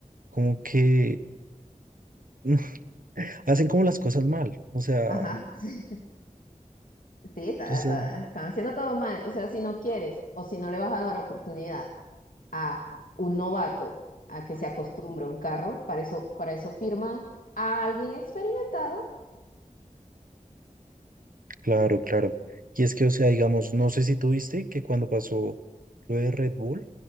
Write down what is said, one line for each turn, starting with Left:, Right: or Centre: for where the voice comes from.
Right: como que <laughs> hacen como las cosas mal, o sea,
Left: ajá, <laughs> sí, está-
Right: entonces,
Left: está- están haciendo todo mal. O sea, si no quieres o si no le vas a dar oportunidad a un novato a que se acostumbre a un carro, para eso, para eso firma a alguien experimentado.
Right: claro, claro. Y es que, o sea, digamos, no sé si tuviste que cuando pasó lo de Red Bull,